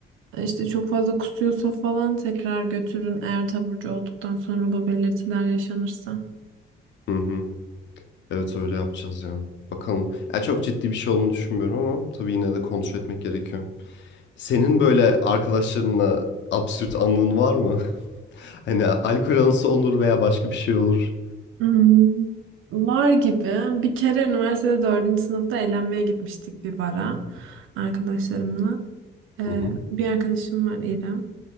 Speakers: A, on the right; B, on the left.
A: işte çok fazla kusuyorsa falan tekrar götürün eğer taburcu olduktan sonra bu belirtiler yaşanırsa.
B: Hı hı. Evet öyle yapacağız ya. Bakalım. Ya çok ciddi bir şey olduğunu düşünmüyorum ama tabii yine de kontrol etmek gerekiyor. Senin böyle arkadaşlarınla absürt anın var mı? <laughs> Hani alkol anısı olur veya başka bir şey olur.
A: Hmm, var gibi. Bir kere üniversitede dördüncü sınıfta eğlenmeye gitmiştik bir bara arkadaşlarımla. Ee,
B: Hı hı.
A: bir arkadaşım var İrem.